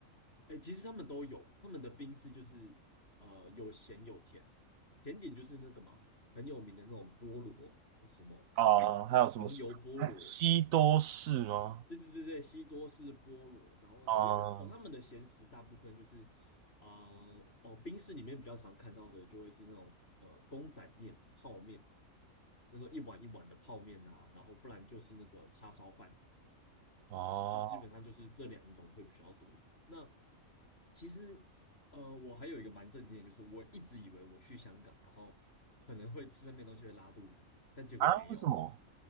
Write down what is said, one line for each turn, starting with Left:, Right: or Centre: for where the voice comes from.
Left: 哎、其实他们都有，他们的冰室就是呃有咸有甜，甜点就是那个嘛，很有名的那种菠萝，什么什么黄油菠萝，
Right: 啊，还有什么西西多士吗？
Left: 对对对对，西多士菠萝，然后其实的哦，
Right: 啊，
Left: 他们的咸食大部分就是啊、呃哦，冰室里面比较常看到的就会是那种呃公仔面、泡面。那时候一碗一碗的泡面啊，然后不然就是那个叉烧饭，
Right: 哦
Left: 就基本上就是这两种会比较多。那其实，呃，我还有一个蛮震惊的，就是我一直以为我去香港，然后可能会吃那边东西会拉肚子，但结果没有，
Right: 啊，为什么？